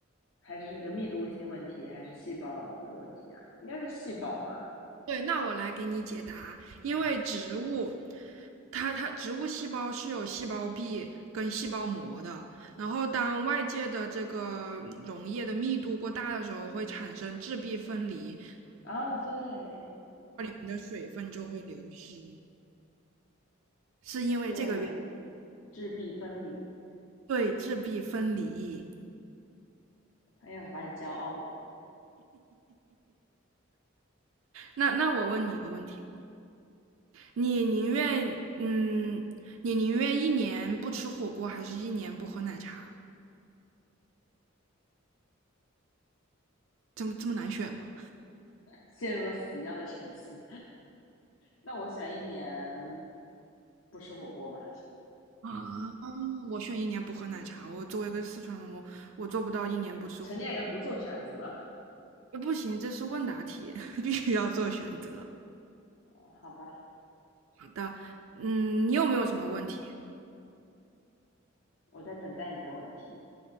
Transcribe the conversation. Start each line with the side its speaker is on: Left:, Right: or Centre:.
Left: 还是这个密度性问题，还是细胞的问题啊？应该是细胞吧？
Right: 对，那我来给你解答，因为植物它它植物细胞是有细胞壁跟细胞膜的，然后当外界的这个嗯溶液的密度过大的时候，会产生质壁分离，
Left: 啊，对
Right: 你的水分就会流失，是因为这个原因
Left: 对，质壁分离，
Right: 对质壁分离。
Left: 哎呀，把你骄傲的
Right: 那那我问你一个问题，你宁愿嗯，你宁愿一年不吃火锅，还是一年不喝奶茶？这么这么难选吗？
Left: 陷入了死一样的沉思。那我选一年不吃火锅吧，
Right: 啊，我选一年不喝奶茶。我作为一个四川人，我我做不到一年不吃火锅。
Left: 成年人不做选择。
Right: 呃不行，这是问答题，<laughs> 必须要做选择。
Left: 哦好吧，
Right: 好的，嗯，你有没有什么问题？
Left: 我在等待你的问题。